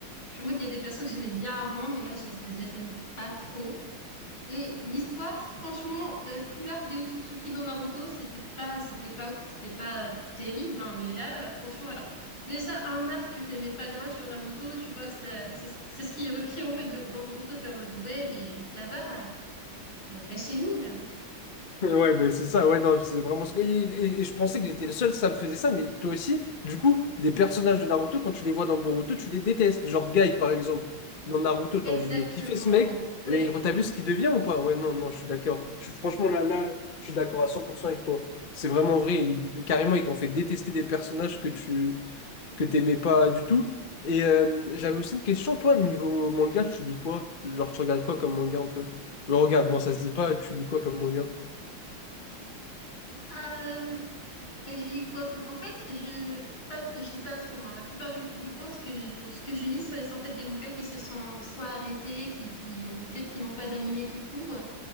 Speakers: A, on the left; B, on the left.
A: Je suis en mode, il y a des persos que j'aimais bien avant, mais là, je, les je les aime pas trop. Et l'histoire, franchement, euh, tout l'arc des Otsutsuki dans Naruto, c'était pas, c'était pas, c'était pas terrible, hein, mais là, euh, franchement, alors, déjà, un arc que t'aimais pas grave sur Naruto, tu vois que ça, c'est, ce- c'est ce qui est repris, en fait, de- dans Naruto, t'es en mode, ouais, mais ça va. Euh, ben, c'est nous, merde.
B: Ouais, ben c'est ça, ouais, non, c'est vraiment ce que. Et, et- et je pensais que j'étais le seul, ça me faisait ça, mais toi aussi, du coup, des personnages de Naruto, quand tu les vois dans Boruto, tu les détestes. Genre Guy, par exemple, dans Naruto,
A: <laughs>
B: t'as
A: Exactement.
B: envie de le kiffer, ce mec,
A: Ouais.
B: mais t'as vu ce qu'il devient ou pas? Ouais, non, non, je suis d'accord. Je suis franchement là, là, je suis d'accord à 100% avec toi. C'est vraiment vrai, il, il- carrément, il t'en fait détester des personnages que tu que t'aimais pas du tout. Et euh, j'avais aussi une question, toi, niveau manga, tu lis quoi? Genre, tu regardes quoi comme manga un peu? Regarde, moi, ça se dit pas, tu lis quoi comme manga?
A: Euh, ben, j'ai dit quoi comme... En fait, je pas, je lis pas trop. hein. La plupart du, du temps, ce que je, ce que je lis, c'est c'est en fait des mangas qui se sont soit arrêtés, qui, qui ou peut-être qui n'ont pas d'animé tout court.